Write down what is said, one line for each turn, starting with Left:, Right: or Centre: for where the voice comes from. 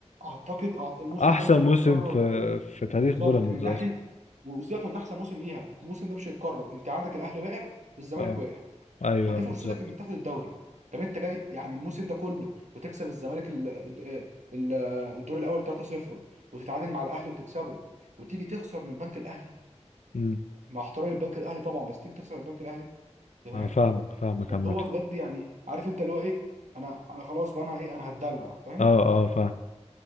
Right: اعتقد أع- الموسم
Left: احسن
Right: ده مش هيتكرر
Left: موسم في
Right: تاني
Left: في تاريخ
Right: بالظبط
Left: بيراميدز
Right: من ناحيه
Left: اصلا
Right: وسيبك من احسن موسم ليها الموسم ده مش هيتكرر انت عندك الاهلي واقع والزمالك
Left: اه
Right: واقع
Left: ايوه
Right: فدي فرصتك
Left: بالظبط
Right: انك تاخد الدوري طب انت جاي يعني الموسم ده كله وتكسب الزمالك ال- ال- الدور الاول 3-0 وتتعادل مع الاهلي وتكسبه وتيجي تخسر من بنك الاهلي
Left: امم
Right: مع احترامي البنك الاهلي طبعا بس تيجي تخسر من بنك الاهلي تمام
Left: انا فاهمك فاهمك عامة
Right: هو بجد يعني عارف انت اللي هو ايه انا انا خلاص بقى انا ايه انا هتدلع فاهم
Left: اه اه فاهم